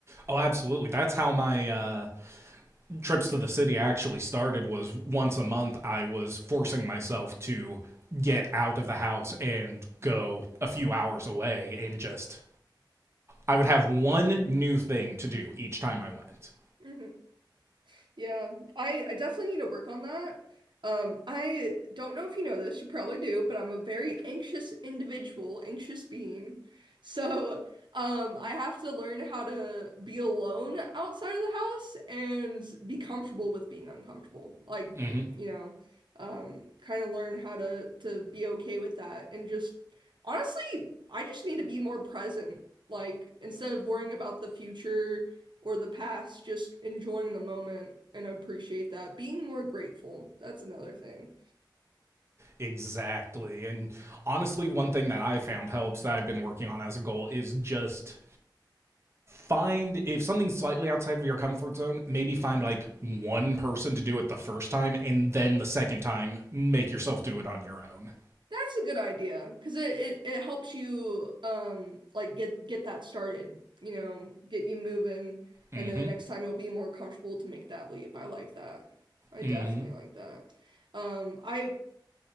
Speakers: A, on the right; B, on the right.
A: Oh, absolutely. That's how my uh, trips to the city actually started. Was once a month I was forcing myself to get out of the house and go a few hours away and just I would have one new thing to do each time I went.
B: hmm Yeah, I, I definitely need to work on that. Um, I don't know if you know this, you probably do, but I'm a very anxious individual, anxious being. So, um, I have to learn how to be alone outside of the house and be comfortable with being uncomfortable. Like,
A: hmm
B: you know, um, kind of learn how to to be okay with that and just honestly, I just need to be more present. Like, instead of worrying about the future or the past, just enjoying the moment and appreciate that. Being more grateful, that's another thing.
A: Exactly. And honestly, one thing that I found helps that I've been working on as a goal is just find if something's slightly outside of your comfort zone, maybe find like one person to do it the first time, and then the second time, make yourself do it on your own.
B: That's a good idea because it, it it helps you um like get get that started, you know, get you moving,
A: Mm-hmm.
B: and then the next time you'll be more comfortable to make that leap. I like that. I
A: Mm-hmm.
B: definitely like that. Um, I